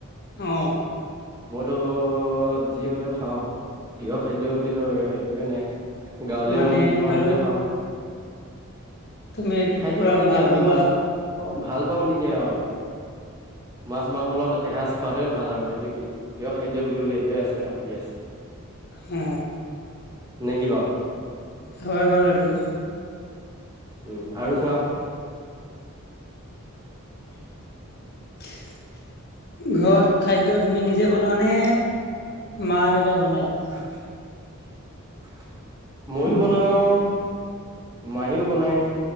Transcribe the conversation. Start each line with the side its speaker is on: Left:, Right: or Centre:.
Left: অ,
Right: মইতো যি হ'লেও খাওঁ প্ৰিয় খাদ্য বোলিতো একোৱেই নাই। গাঁৱলীয়া
Left: মানে
Right: মানুহ যি পাওঁ
Left: হ'লেও
Right: সেইটোৱে খাওঁ।
Left: তুমি
Right: খাদ্য
Left: পুৰা
Right: মানেকি
Left: ভাল
Right: আমি
Left: পোৱা
Right: মাছ অ ভাল পাওঁ মানেকি অও, মাছ মাংসলগত এসাঁজ খোৱাটোৱে ভাল আৰু এইটোয়ে কি। প্ৰিয় খাদ্য বুলিবলে সেইটোৱে আছে আৰু কি আছে।
Left: অ,
Right: নে কি‌ বাও।
Left: হয় বাৰু এইটো,
Right: উম আৰু কোৱা
Left: <inaudible> ঘৰত খাদ্য তুমি নিজে বনোৱা নে মা-দেতাই বনাই?
Right: <inaudible> ময়ো বনাওঁ মায়ো বনায়।